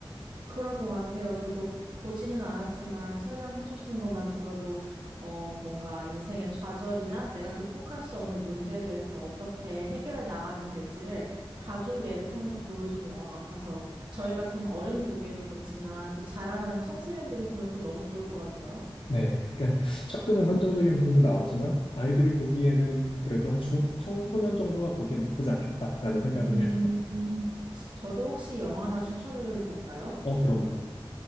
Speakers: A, on the right; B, on the left.
A: 그럴 것 같아요. 저도 보지는 않았지만 설명해 주시는 것만 들어도 어, 뭔가 인생의 좌절이나 내가 극복할 수 없는 문제에 대해서 어떻게 해결해 나가면 될지를 가족 애를 통해서 보여주는 영화 같아서 저희 같은 어른이 보기에도 좋지만 또 자라나는 청소년들이 보면 또 너무 좋을 것 같네요.
B: 네, 약간 조금은 선정적인 부분도 나오지만 아이들이 보기에는 그래도 한 중, 청소년 정도가 보기엔 나쁘지 않겠다라는 생각을
A: 음,
B: 해요.
A: 저도 혹시 영화 하나 추천을 해도 될까요?
B: 어, 그럼요.